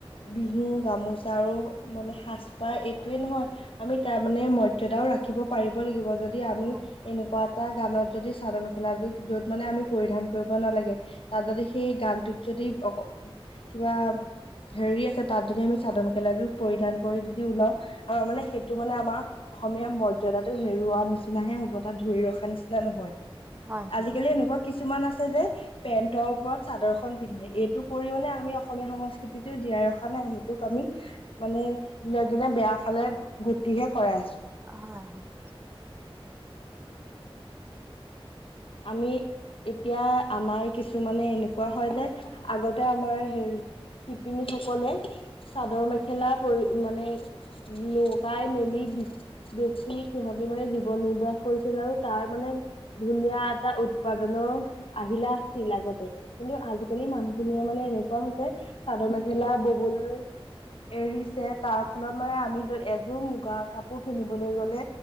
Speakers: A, on the left (about 65°); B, on the right (about 20°).
A: বিহু গামোচা আৰু মানে সাজপাৰ এইটোয়ে নহয় আমি তাৰ মানে মৰ্যদাও ৰাখিব পাৰিব লাগিব য যদি আমি
B: হয়।
A: এনেকুৱা এটা গানত যদি চাদৰ মেখেলা যত মানে আমি পৰিধান কৰিব নালাগে। তাত যদি সেই গানটোত যদি অ, কিবা হেৰি আছে, তাত যদি আমি চাদৰ মেখেলাটো পৰিধান কৰি যদি ওলাও আৰু মানে সেইটো মানে আমাৰ অসমীয়া মৰ্যদাটো হেৰুওৱা নিচিননাহে হ'ন তাত ধৰি ৰখা নহয়,
B: হয়
A: আজিকালি
B: হয়
A: এনেকুৱা কিছুমান আছে। যে পেন্টৰ ওপৰত চাদৰ খন পিন্ধে, এইটো কৰি মানে আমি অসমীয়া সংস্কৃতিতো জীয়াই ৰখা নাই। সেইটোক আমি মানে দিনক দিনে বেয়া ফালে গতিহে কৰাই আছো।
B: হয়, হয়।
A: আমি এতিয়া আমাৰ কিছু টো মানে এনেকুৱা হয় নে আগতে আমাৰ হেৰি শিপিনী সকলে চাদৰ মেখেলা পৰি মানে লগাই মেলি বেছি সিহঁতে মানে জীৱন নিৰ্বাহ কৰিছিল আৰু তাৰ মানে ধুনীয়া এটা উৎপাদনো আহিলা আছিল আগতে কিন্তু আজিকালি মানুহখিনিয়ে মানে এনেকুৱা হৈছে চাদৰ মেখেলা ববলৈ এৰিছে তাৰ ফলত মানে আমি এযোৰ মুগা কাপোৰ কিনিবলৈ গলে